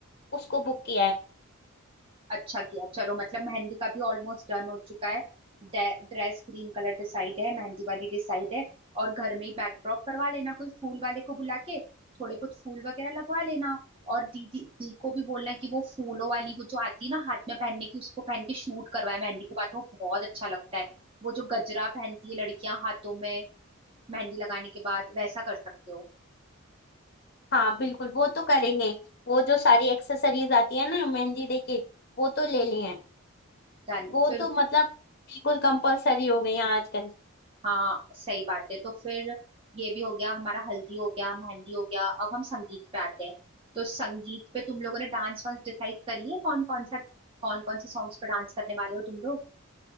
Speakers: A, on the left; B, on the right.
A: उसको बुक किया है
B: अच्छा किया चलो मतलब मेहंदी का भी ऑलमोस्ट डन हो चुका है ड्रेस ग्रीन कलर डिसाइड है मेहंदी वाली डिसाइड है और घर में ही बैकड्रॉप करवा लेना कोई फूल वाले को बुला के थोड़े कुछ फूल वगैरह लगवा लेना और दीदी दी को भी बोलना कि वो फूलों वाली वो जो आती है ना हाथ में पहनने की उसको पहन के शूट करवाए मेहंदी के बाद वो बहुत अच्छा लगता है वो जो गजरा पहनती है लड़कियां हाथों में मेहंदी लगाने के बाद वैसा कर सकते हो
A: हाँ बिल्कुल वो तो करेंगे वो जो सारी एक्सेसरीज आती है ना मेहंदी डे के वो तो ले लिए हैं
B: डन
A: वो
B: फिर
A: तो मतलब बिल्कुल कंपलसरी हो गई है आजकल
B: हाँ सही बात है तो फिर ये भी हो गया हमारा हल्दी हो गया मेहंदी हो गया अब हम संगीत पे आते हैं तो संगीत पे तुम लोगों ने डांस वांस डिसाइड कर लिए कौन कौन सा कौन कौन से सॉन्ग्स पे डांस करने वाले हो तुम लोग